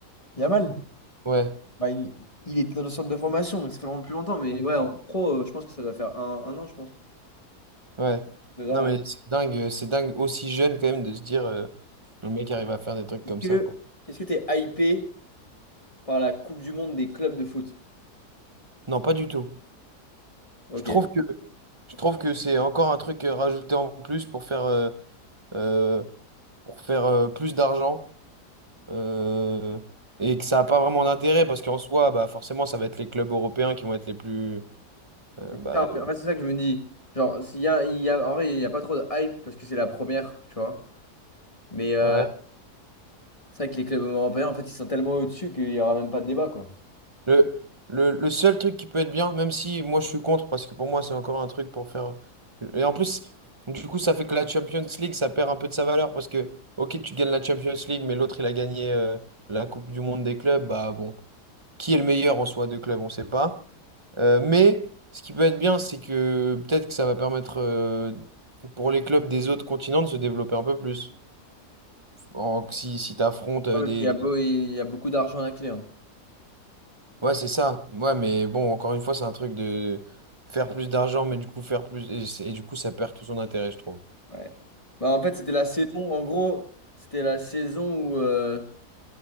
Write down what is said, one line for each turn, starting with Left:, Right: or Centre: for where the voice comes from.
Left: Yamal,
Right: Ouais,
Left: bah, il... il était dans le centre de formation, donc ça fait vraiment plus longtemps. Mais ouais, en pro, euh, je pense que ça doit faire un, un an, je pense.
Right: ouais.
Left: Deux ans,
Right: Non,
Left: ouais.
Right: mais c'est dingue, euh, c'est dingue aussi jeune quand même de se dire euh, le mec arrive à faire des trucs
Left: Est-ce
Right: comme ça,
Left: que
Right: quoi.
Left: est-ce que t'es hypé par la Coupe du Monde des clubs de foot?
Right: Non, pas du tout.
Left: Ok.
Right: Je trouve
Left: Ouais.
Right: que, je trouve que c'est encore un truc euh, rajouté en plus pour faire, euh, euh, pour faire euh, plus d'argent. euh, et que ça n'a pas vraiment d'intérêt parce qu'en soi, bah, forcément, ça va être les clubs européens qui vont être les plus. euh, bah,
Left: Ça,
Right: euh,
Left: En fait, c'est ça que je me dis. Genre, s'il y a, il y a, en vrai, il n'y a pas trop de hype parce que c'est la première, tu vois. Mais euh,
Right: ouais.
Left: C'est vrai que les clubs européens, en fait, ils sont tellement au-dessus qu'il n'y aura même pas de débat, quoi.
Right: Le, le, le seul truc qui peut être bien, même si moi je suis contre parce que pour moi, c'est encore un truc pour faire. Et en plus, du coup, ça fait que la Champions League, ça perd un peu de sa valeur parce que, ok, tu gagnes la Champions League, mais l'autre, il a gagné euh, la Coupe du Monde des clubs, bah bon. Qui est le meilleur en soi de club, on ne sait pas. Euh, mais ce qui peut être bien, c'est que peut-être que ça va permettre euh, pour les clubs des autres continents de se développer un peu plus. En- si si tu affrontes des,
Left: Ouais, parce qu'il y a
Right: des-
Left: beau, il y a beaucoup d'argent à la clé. hein.
Right: Ouais, c'est ça. Ouais, mais bon, encore une fois, c'est un truc de faire plus d'argent, mais du coup, faire plus. Et, c'est- et du coup, ça perd tout son intérêt, je trouve.
Left: Ouais. Bah, en fait, c'était la saison, en gros, c'était la saison où, euh,